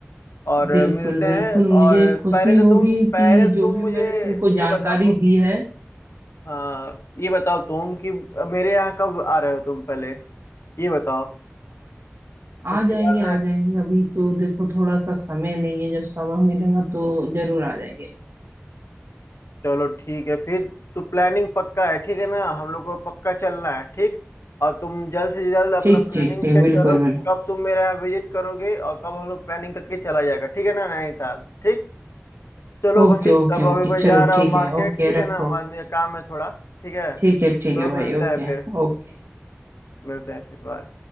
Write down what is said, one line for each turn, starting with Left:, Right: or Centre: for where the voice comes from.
Left: और अ,
Right: बिल्कुल
Left: मिलते
Right: बिल्कुल
Left: हैं और
Right: मुझे
Left: अ,
Right: खुशी
Left: पहले तो
Right: होगी
Left: तुम पहले
Right: कि जो
Left: तुम
Right: भी
Left: मुझे
Right: मैंने तुमको
Left: ये
Right: जानकारी
Left: बताओ कि
Right: दी है
Left: हाँ ये बताओ तुम कि मेरे यहाँ कब आ रहे हो तुम पहले ये बताओ
Right: आ
Left: उसके
Right: जाएंगे
Left: बाद
Right: आ
Left: मैं
Right: जाएंगे अभी तो देखो थोड़ा सा समय नहीं है जब समय मिलेगा तो जरूर आ जाएंगे
Left: चलो ठीक है फिर तो प्लानिंग पक्का है ठीक है ना हम लोग को पक्का चलना है ठीक और तुम जल्द से जल्द अपना
Right: ठीक
Left: प्लानिंग
Right: ठीक ठीक
Left: सेट
Right: बिल्कुल
Left: करो कि
Right: बिल्कुल
Left: कब तुम मेरे यहाँ विजिट करोगे और कब हम लोग प्लानिंग करके चला जाएगा ठीक है ना नैनीताल ठीक चलो
Right: ओके
Left: भाई
Right: ओके
Left: तब
Right: ओके
Left: अभी मैं
Right: चलो
Left: जा रहा
Right: ठीक
Left: हूँ मार्केट
Right: है ओके
Left: ठीक है
Right: रखो
Left: ना मुझे काम है थोड़ा ठीक है
Right: ठीक
Left: चलो
Right: है ठीक है भाई
Left: मिलते
Right: ओके
Left: हैं फिर
Right: ओके
Left: मिलते हैं फिर बाय